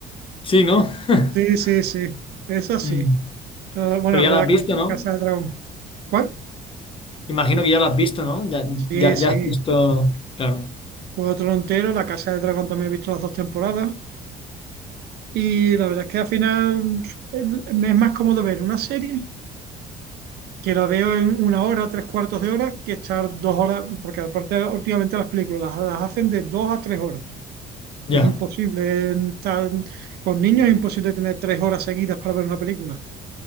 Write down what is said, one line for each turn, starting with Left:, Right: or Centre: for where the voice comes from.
Left: Sí, ¿no? <laughs>
Right: Sí, sí, sí, es así.
Left: Mm.
Right: Ah, Bueno,
Left: Pero
Right: la,
Left: ya la has visto,
Right: Casa la
Left: ¿no?
Right: Casa de Dragón. ¿Cuál?
Left: Imagino que ya la has visto, ¿no? Ya,
Right: Sí,
Left: ya,
Right: sí.
Left: ya has visto. Claro,
Right: Juego trontero, La Casa de Dragón también he visto las dos temporadas. Y la verdad es que al final el- me es más cómodo ver una serie que la veo en una hora, tres cuartos de hora, que estar dos horas, porque aparte últimamente las películas las hacen de dos a tres horas.
Left: ya,
Right: Es imposible estar con niños, es imposible tener tres horas seguidas para ver una película.